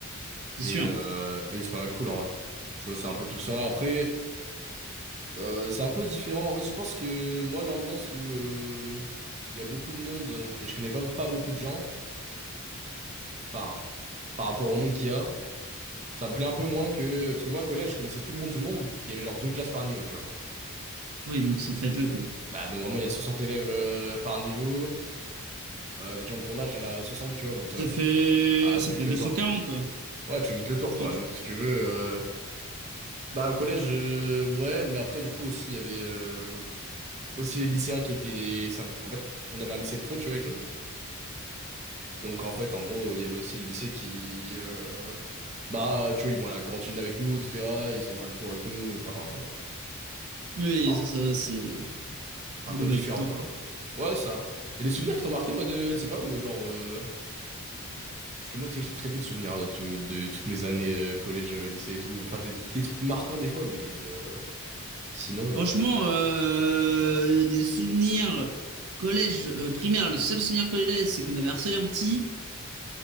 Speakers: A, on the right; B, on the right.
A: c'est
B: et
A: sûr.
B: euh, et c'est pas mal cool en vrai. Tu vois, c'est un peu tout ça. Après. Euh, c'est un peu différent. En fait, je pense que moi, l'ambiance où euh, il y a beaucoup de monde et je connais pas, pas beaucoup de gens, enfin, par rapport au monde qu'il y a, ça me plaît un peu moins que. Parce que moi, au collège, je connaissais tout le monde, tout le monde, parce qu'il y avait genre deux classes par niveau, tu vois.
A: Oui, donc c'est très peu, quoi.
B: Bah, donc vraiment, il y a 60 élèves euh, par niveau. Euh, des gens de tournage, il y en a 60, tu vois. Bon, ça-
A: Ça fait,
B: ah,
A: ça
B: tu fais
A: fait
B: vite
A: deux
B: le
A: cent
B: tour.
A: quarante
B: quoi.
A: quoi.
B: Ouais, tu fais vite le tour,
A: Non,
B: quoi.
A: tu...
B: Donc, si tu veux. euh, Bah, au collège, euh, ouais, mais après, du coup, aussi, il y avait euh, aussi les lycéens qui étaient les. En fait, on avait un lycée pro, tu vois, avec nous. Donc en fait, en gros, il y avait aussi le lycée qui, euh, bah, tu vois, ils vont à la cantine avec nous, etc. Ils sont dans la cour avec nous, enfin,
A: Oui,
B: alors,
A: ça, ça, c'est... Vous
B: un peu
A: les voyez
B: différent,
A: tout le temps,
B: quoi.
A: quoi.
B: Ouais, ça. Il y a des souvenirs qui t'ont marqué, moi, de, de ces périodes où, genre, euh, parce que moi, je sais que j'ai très peu de souvenirs de, tout- de toutes mes années euh, collège, euh, lycée et tout. Enfin, j'ai des trucs marquants des fois, mais euh, sinon,
A: Franchement,
B: euh,
A: euh, des souvenirs collège, euh, primaire, le seul souvenir collège, c'est qu'on avait harcelé un petit.